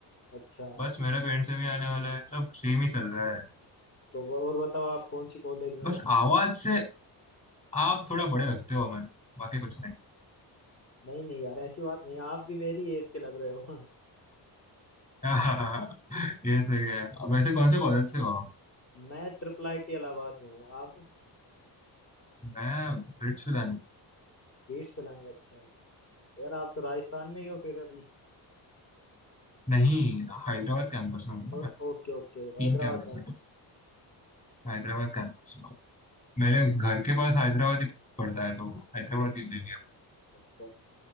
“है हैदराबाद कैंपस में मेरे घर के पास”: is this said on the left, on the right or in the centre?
Left